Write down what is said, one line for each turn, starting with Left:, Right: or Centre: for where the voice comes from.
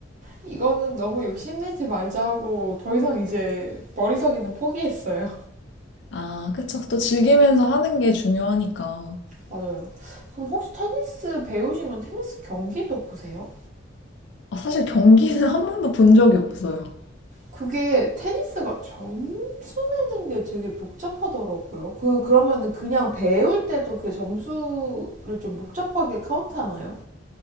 Right: 이거는 너무 욕심내지 말자 하고 더 이상 이제 머리서기는 포기했어요.
Left: 아, 그쵸. 또 즐기면서 하는 게 중요하니까.
Right: 맞아요. 그럼 혹시 테니스 배우시면 테니스 경기도 보세요?
Left: 아, 사실 경기는 <laughs> 한 번도 본 적이 없어요.
Right: 그게 테니스가 점수 내는 게 되게 복잡하더라고요. 그 그러면은 그냥 배울 때도 그 점수를 좀 복잡하게 카운트하나요?